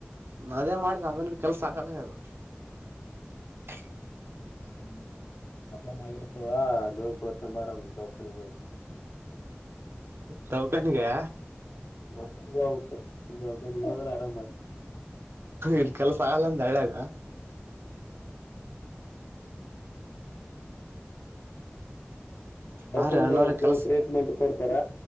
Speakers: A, on the right; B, on the left.
A: ಅದೇ ಮಾಡ್ದ ಅದನ್ ಕೆಲ್ಸ ಸಾಕಲ್ಲ ಅದು <inaudible>
B: <unintelligible> ಕೊರ್ಷ ಬಾರ ದಖಾನ
A: ಟೋಕನ್ ಗೆ
B: <unintelligible> ಆರಾಮ
A: ಇ ಕೆಲಸ ಆಗಲ್ಲಂದ ಅಳ್ಳಗ
B: ಹ ಟೋಕನ್
A: ಹಾ ರೀ ಅಣ್ಣವ್ರ
B: ಹೋಗಕ್ಕು
A: ಕೆಲ್ಸ
B: ಟ್ರೀಟ್ಮೆಂಟ್ ಕೊಡ್ತಾರ